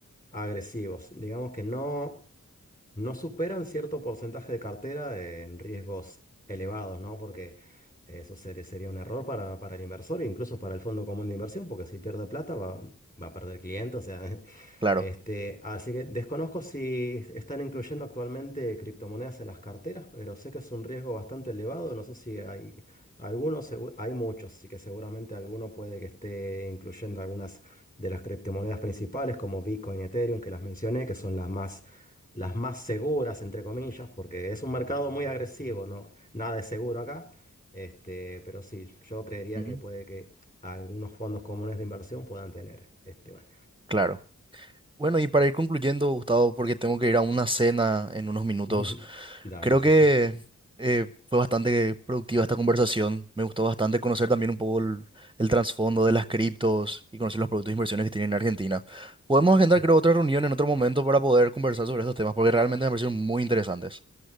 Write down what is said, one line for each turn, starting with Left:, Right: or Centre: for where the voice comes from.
Left: agresivos. Digamos que no. no superan cierto porcentaje de cartera en riesgos elevados, ¿no? Porque eh, eso sería, sería un error para, para el inversor e incluso para el fondo común de inversión, porque si pierde plata va, va a perder clientes, o sea, <laughs>
Right: Claro.
Left: Este, así que desconozco si están incluyendo actualmente criptomonedas en las carteras, pero sé que es un riesgo bastante elevado. No sé si hay algunos, segu- hay muchos, así que seguramente alguno puede que esté incluyendo algunas de las criptomonedas principales como Bitcoin y Ethereum que las mencioné, que son las más, las más seguras, entre comillas, porque es un mercado muy agresivo, ¿no? Nada es seguro acá. Este, pero sí, yo creería
Right: Ujú,
Left: que puede que algunos fondos comunes de inversión puedan tener este, bueno,
Right: Claro. Bueno, y para ir concluyendo, Gustavo, porque tengo que ir a una cena en unos minutos,
Left: <laughs> Dale,
Right: creo
Left: sí,
Right: que
Left: sí.
Right: eh, fue bastante productiva esta conversación. Me gustó bastante conocer también un poco el, el trasfondo de las criptos y conocer los productos de inversiones que tienen en Argentina. Podemos agendar,
Left: Mm.
Right: creo, otra reunión en otro momento para poder conversar sobre estos temas, porque realmente me parecieron muy interesantes.